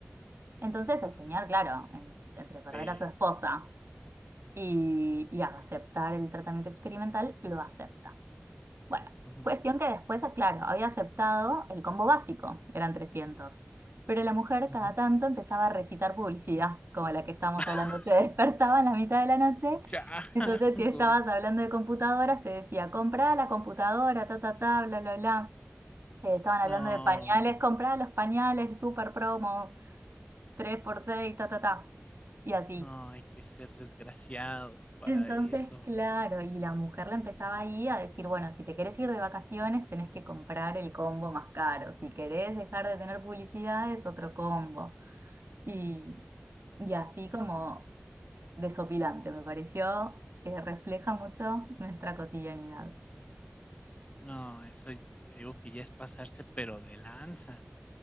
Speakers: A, on the right; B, on the left.
A: Entonces el
B: ah,
A: señor, claro, en- entre perder
B: Apex.
A: a su esposa y, y aceptar el tratamiento experimental, lo acepta. Bueno,
B: ujú,
A: cuestión que después, ah, claro, había aceptado el combo básico, eran trescientos Pero la mujer
B: ujú.
A: cada tanto empezaba a recitar publicidad, como la que estábamos
B: <laughs>
A: hablando. Se despertaba en la mitad de la noche.
B: Changos.
A: Entonces, si estabas hablando de computadoras, te decía, comprá la computadora, ta, ta, ta, bla, bla, bla. Te estaban
B: No,
A: hablando de pañales, comprá los pañales, super promo, tres por seis ta, ta, ta. Y así.
B: no hay que ser desgraciados para
A: Entonces,
B: eso.
A: claro, y la mujer la empezaba ahí a decir, bueno, si te querés ir de vacaciones, tenés que comprar el combo más caro. Si querés dejar de tener publicidad, es otro combo. Y, y así
B: Changos.
A: como desopilante, me pareció que refleja mucho nuestra cotidianidad.
B: No, eso y- te digo que ya es pasarse, pero de lanza.